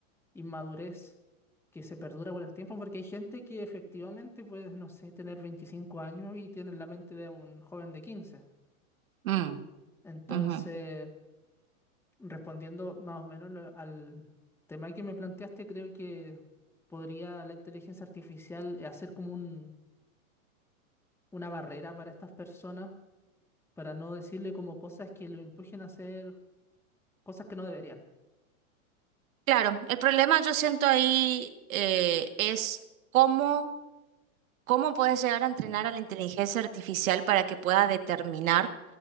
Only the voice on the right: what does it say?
Mm,
ujú.
Claro, el problema yo siento ahí eh, es cómo... ¿Cómo puedes llegar a entrenar a la inteligencia artificial para que pueda determinar